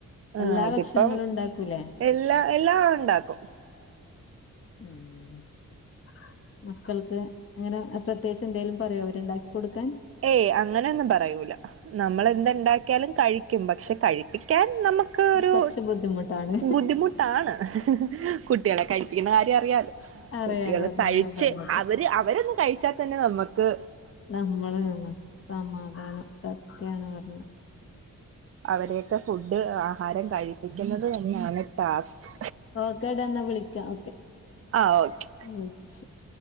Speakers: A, on the right; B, on the left.
A: ആ
B: എല്ലാ
A: ഇതിപ്പം
B: ഭക്ഷണങ്ങളും ഉണ്ടാക്കൂലേ
A: എല്ലാ എല്ലാ ഉണ്ടാക്കും
B: ഉം <inaudible> മക്കൾക്ക് അങ്ങനെ പ്രത്യേകിച്ച് എന്തേലും പറയോ അവരുണ്ടാക്കി കൊടുക്കാൻ
A: ഏയ് അങ്ങനെയൊന്നും പറയൂല നമ്മളന്ത്ണ്ടാക്കിയാലും കഴിക്കും പക്ഷെ കഴിപ്പിക്കാൻ നമുക്ക് ഒക്കെരു
B: കൊറച്ച് ബുദ്ധിമുട്ടാണ്
A: ബുദ്ധിമുട്ടാണ് കുട്ടികളെ കഴിപ്പിക്കുന്ന കാര്യം അറിയാല്
B: അറിയാലോ
A: കുട്ടികളെ
B: അതന്നെ
A: കഴിച്ച്
B: ഞാൻ പറഞ്ഞത്
A: അവര് അവരൊന്ന് കഴിച്ചാൽ തന്നെ നമ്മക്ക്
B: നമ്മള് സമാധാനം സത്യാണ് പറഞ്ഞ
A: അവരെക്കെ ഫുഡ് ആഹാരം കഴിപ്പിക്കുന്നതന്നെയാണ് ടാസ്ക്
B: ഓക്കേടാ എന്നാ വിളിക്കാം
A: ആ ഓക്കെ
B: <inaudible>